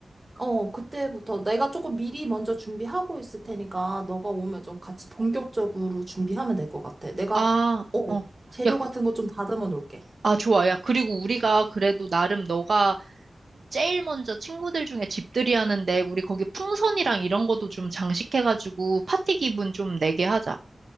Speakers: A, on the right; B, on the right.
A: 어, 그때부터 내가 조금 미리 먼저 준비하고 있을 테니까 너가 오면 좀 같이 본격적으로 준비하면 될 것 같아. 내가,
B: 아,
A: 어,
B: 어.
A: 재료
B: 야, 그,
A: 같은 거 좀 다듬어 놓을게.
B: 아, 좋아. 야, 그리고 우리가 그래도 나름 너가 제일 먼저 친구들 중에 집들이 하는데 우리 거기 풍선이랑 이런 것도 좀 장식해가지고 파티 기분 좀 내게 하자.